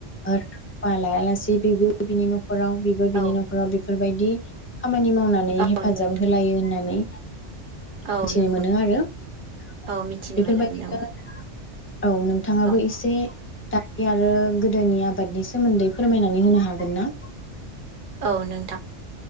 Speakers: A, on the left; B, on the right.
A: ओ लायालासे बेबो बिनि न' न'खराव बिबो बिनि
B: औ
A: न'खराव बेफोरबायदि दि खामानि मावनानै
B: औ
A: हेफाजाब
B: नंगौ नोंथां
A: होलायो होननानै
B: औ
A: मिथिनो
B: नंगौ
A: मोनो आरो बेफोरबायदिनो
B: औ मिथिनो मोनोमोन औ
A: औ नोंथाङाबो
B: औ
A: एसे दानि आरो गोदोनि आबादनि सोमोन्दै फोरमायनानै होनो हागोन ना?
B: औ नोंथां